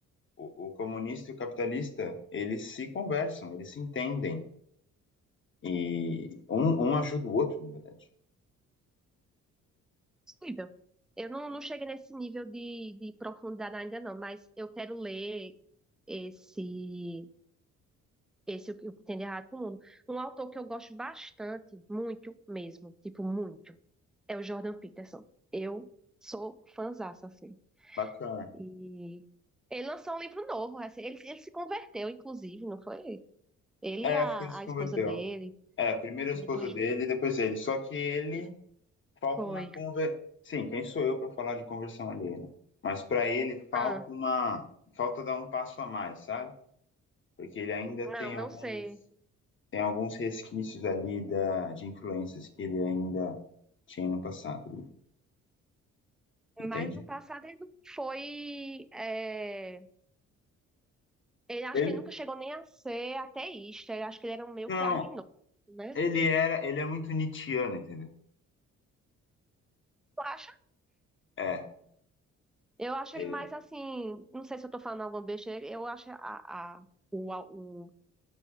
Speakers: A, on the left; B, in the centre.
A: o, o comunista e o capitalista, eles se conversam, eles se entendem. E um, um ajuda o outro, na verdade.
B: Possível. Eu não, não cheguei nesse nível de, de profundidade ainda não, mas eu quero ler esse Esse é o que o que tem de errado com o mundo. Um autor que eu gosto bastante, muito mesmo, tipo, muito, é o Jordan Peterson. Eu sou fãzaça, assim.
A: Bacana.
B: E ele lançou um livro novo, assim, ele, ele se converteu, inclusive, não foi? Ele
A: É,
B: e a,
A: acho que ele se
B: a
A: converteu.
B: esposa dele,
A: É, primeiro a
B: depois
A: esposa
B: de
A: dele,
B: um.
A: depois ele. Só que ele
B: filho.
A: falta
B: Foi.
A: uma conver... Sim, quem sou eu para falar de conversão alheia? né? Mas para ele falta
B: Ah,
A: uma falta dar um passo a mais, sabe? Porque ele ainda
B: não,
A: tem alguns
B: não sei.
A: tem alguns resquícios ali da de influências que ele ainda tinha no passado, entende?
B: Mas no passado ele não foi. é, Ele acho
A: Ele
B: que ele nunca chegou nem a ser ateísta. Eu acho que ele era um meio
A: não,
B: que agnóstico, né?
A: ele era, ele é muito nietzschiano, entendeu?
B: Eu acho
A: É,
B: Eu acho
A: ele-
B: ele mais assim, não sei se eu tô falando alguma besteira, eu acho a, a- o, a- o,